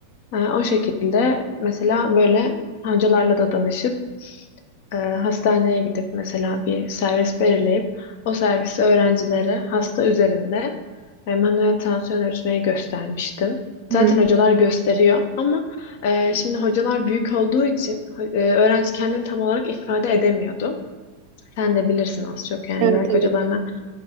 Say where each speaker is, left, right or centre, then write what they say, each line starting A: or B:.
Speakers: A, on the left (about 50°); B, on the right (about 45°).
A: e, o şekilde mesela böyle hocalarla da danışıp e, hastaneye gidip mesela bir servis belirleyip o servisi öğrencilere hasta üzerinde e, manuel tansiyon ölçmeyi göstermiştim.
B: Hı.
A: Zaten hocalar gösteriyor ama e, şimdi hocalar büyük olduğu için ho- e, öğrenci kendini tam olarak ifade edemiyordu. Sen de bilirsin az çok yani
B: Evet
A: belki
B: evet.
A: hocalarına